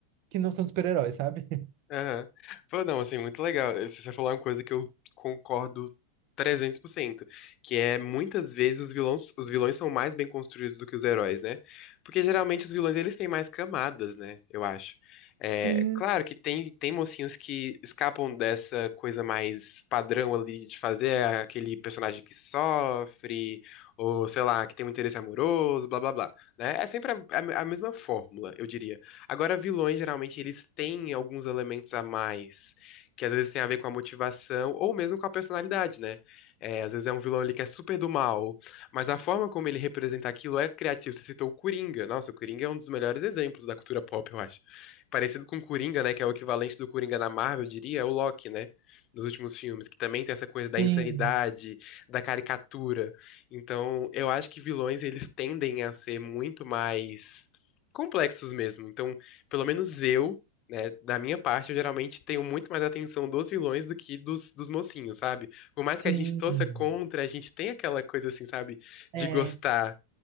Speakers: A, on the right (about 45°); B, on the left (about 35°).
A: que não são de super-heróis, sabe? <laughs>
B: Aham. Pô, não, assim, muito legal. Você você falou uma coisa que eu concordo trezentos por cento que é muitas vezes os vilões, os vilões são mais bem construídos do que os heróis, né? Porque geralmente os vilões eles têm mais camadas, né? Eu acho. É,
A: Sim,
B: claro que tem, tem mocinhos que escapam dessa coisa mais padrão ali de fazer aquele personagem que sofre, ou sei lá, que tem um interesse amoroso, blá blá blá, né? É sempre a, a a mesma fórmula, eu diria. Agora, vilões, geralmente, eles têm alguns elementos a mais, que às vezes tem a ver com a motivação ou mesmo com a personalidade, né? É, às vezes é um vilão ali que é super do mal, mas a forma como ele representa aquilo é criativo. Você citou o Coringa. Nossa, o Coringa é um dos melhores exemplos da cultura pop, eu acho. Parecido com o Coringa, né? Que é o equivalente do Coringa na Marvel, eu diria, é o Loki, né? Dos últimos filmes, que também tem essa coisa da
A: sim,
B: insanidade, da caricatura. Então, eu acho que vilões, eles tendem a ser muito mais complexos mesmo. Então, pelo menos eu, né, da minha parte, eu geralmente tenho muito mais atenção dos vilões do que dos, dos mocinhos, sabe? Por mais
A: sim.
B: que a gente torça contra, a gente tem aquela coisa assim, sabe? De
A: É.
B: gostar.